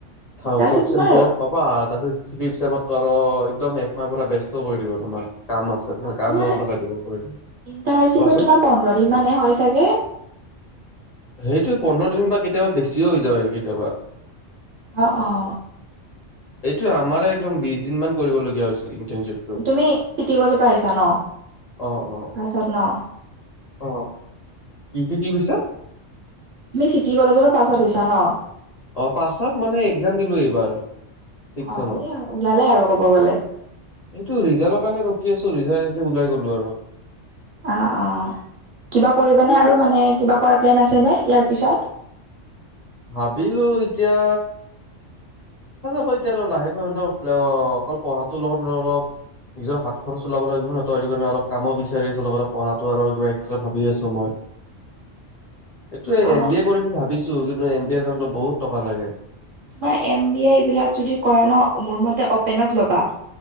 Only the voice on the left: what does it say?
ফৰ্দ
চেমটোত পাবা তাৰপাছত ছিস্ক চেমট টো আৰু একদম একমাহ পুৰা ব্যস্ত কৰি দিব তোমাৰ কাম আছে। তাৰপৰা
কাম
লগত লগাই দিব পাৰে,
কোৱাচোন?
সেইটো পোন্ধৰ দিন বা কেতিয়াবা বেছিও হৈ যায় কেতিয়াবা।
এইটো আমাৰে একদম বিশ দিন মান কৰিবলগীয়া হৈছিল ইণ্টাৰ্ণশ্বিপ।
অ অ
অ কি, কি, কি কৈছা?
অ' পাছ আউট মানে একজাম দিলো এইবাৰ, ছিক্স
চেমৰ।
এইটো ৰিজাল্ট কাৰণে ৰখি আছোঁ, ৰিজাল্ট আহিলে ওলাই গ'লো আৰু।
এইটো
ভাবিলোঁ এতিয়া কৰা যাব এতিয়া আৰু লাহেকৈ অলপ অকল পঢ়াতো লগত অলপ নিজৰ হাত খৰচ ওলাব লাগিব নহয় তই সেইটো কাৰণে অলপ কামো বিচাৰি আছোঁ লগতে পঢ়াটো আৰু কিবা এক্সট্ৰা ভাবি আছোঁ মই।
এইটোয়ে
এম বি এ কৰিম বুলি ভাবিছোঁ কিন্তু এম বি এৰ কাৰণে বহুত টকা লাগে।